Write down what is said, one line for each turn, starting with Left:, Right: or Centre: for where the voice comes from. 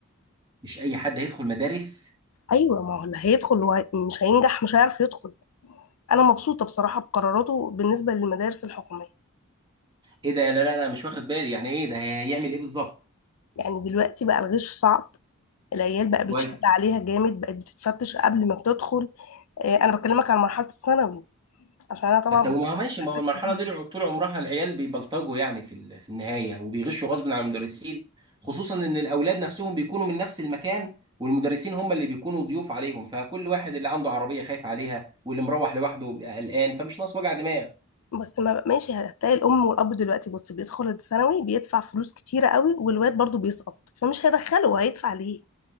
Right: مش اي حد هيدخل مدارس
Left: ايوه ما هو اللي هيدخل وهي- مش هينجح مش هيعرف يدخل انا مبسوطة بصراحة بقراراته بالنسبة للمدارس الحكومية
Right: ايه ده لا لا لا مش واخد بالي يعني ايه ده هي- هيعمل ايه بالظبط
Left: يعني دلوقتي بقى الغش صعب العيال بقى بيتشد
Right: كويس
Left: عليها جامد بقت بتتفتش قبل ما بتدخل آه، انا بكلمك على مرحله الثانوي عشان انا طبعا
Right: حتى
Left: ببقى
Right: ما هو ماشي ما
Left: احتكت
Right: هو المرحله
Left: بيهم
Right: دي طول عمرها العيال بيبلطجوا يعني في ال- في النهايه وبيغشوا غصب عن المدرسين خصوصا ان الاولاد نفسهم بيكونوا من نفس المكان والمدرسين هم اللي بيكونوا ضيوف عليهم فكل واحد اللي عنده عربيه خايف عليها واللي مروح لوحده بيبقى قلقان فمش ناقص وجع دماغ
Left: بس ما بقى- ماشي هتلاقي الام والاب دلوقتي بص بيدخل الثانوي بيدفع فلوس كتيره قوي والواد برضو بيسقط فمش هيدخله هيدفع ليه